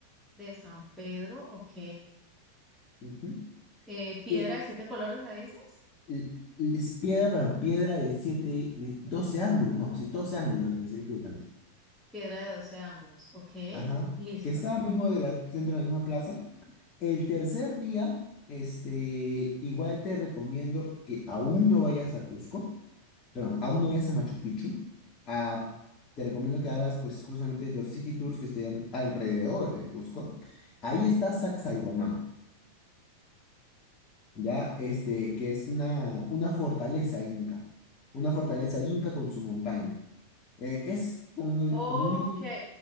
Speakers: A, in the centre; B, on the left (about 30°).
A: De San Pedro, ok.
B: Ujú.
A: Eh, piedra
B: Eh,
A: de siete colores, ¿me dices?
B: l- l- es piedra, pero piedra de siete, de 12 ángulos, no, sí, 12 ángulos, me estoy equivocando.
A: Piedra de doce ángulos, ok.
B: Ajá,
A: Listo.
B: que estaba mismo de la- dentro de la misma plaza. El tercer día, este, igual te recomiendo que aún no vayas a Cusco, perdón, aún no vayas a Machu Picchu. Ah, te recomiendo que hagas, pues, justamente los city tours que estén alrededor de Cusco. Ahí está Sacsayhuamán, ya, este, que es una, una fortaleza inca, una fortaleza inca con su montaña. Eh, es como,
A: Ok.
B: como un mini